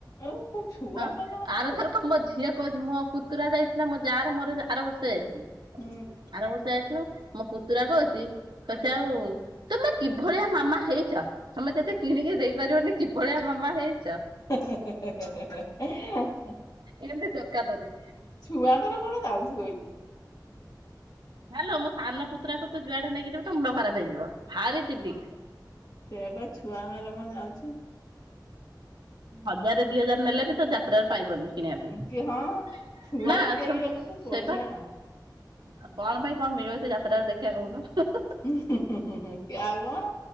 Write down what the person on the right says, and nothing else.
ହଁ
ଆର
ଥର କ ମୋ ଝିଅ କହୁଛି ମୋ ପୁତୁରା ଯାଇଥିଲା ମୋ ଯା ର ମୋର ଆର ବର୍ଷ ଯାଇଥିଲୁ।
ଆର ବର୍ଷ ଯାଇଥିଲୁ ମୋ ପୁତୁରା କଉଛି ତତେ ଆଉ ତମେ କିଭଳିଆ ମାମା ହେଇଚ଼ ତମେ ତଦେ କିଣିକି ଦେଇପାରିବନି କିଭଳିଆ ମାମା ହେଇଚ଼।
ଏନ୍ତି ଦୋକାନରେ
ହାଲ ମୋ ସାନ ପୁତ୍ରାକୁ ତୁ ଯୁଆ ଡେ ନେଇକି ଯିବୁ ତେ ମୁଣ୍ଡ ଖରାପ ହେଇଯିବ ଭାରି ଯିଦି
ହଜାର ଦି ହଜାର ନେଲେ ବି ତୋ ଯା। ତ୍ରାରେ ପାଇବନି କିଣିବା ପାଇଁ
ନା
ଛ
ସେଇପା। ଆଉ କଣ ପାଇଁ କଣ ମିଳିବ ସେ ଯାତ୍ରା ରୁ ଦେଖିବା କୁହନ୍ତୁ।